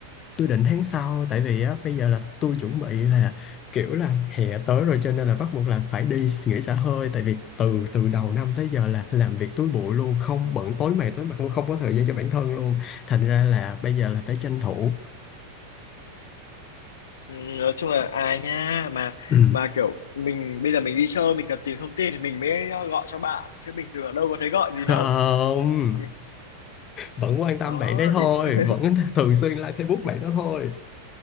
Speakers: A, on the left; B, on the left.
A: Tôi định tháng sau tại vì á bây giờ là tôi chuẩn bị là kiểu là hè tới rồi cho nên là bắt buộc là phải đi nghỉ xả hơi tại vì từ từ đầu năm tới giờ là làm việc túi bụi luôn, không bận tối mày tối mặt luôn, không có thời gian cho bản thân luôn. Thành ra là bây giờ là phải tranh thủ.
B: Ừ, nói chung là à nha mà
A: Ừ.
B: mà kiểu mình bây giờ mình đi chơi mình cần tìm thông tin thì mình mới ờ, gọi cho bạn chứ bình thường ở đâu có thấy gọi gì
A: Không,
B: đâu. Thì-
A: vẫn quan tâm
B: Đó
A: bạn đấy thôi,
B: thì <laughs>
A: vẫn thường xuyên like Facebook bạn đó thôi.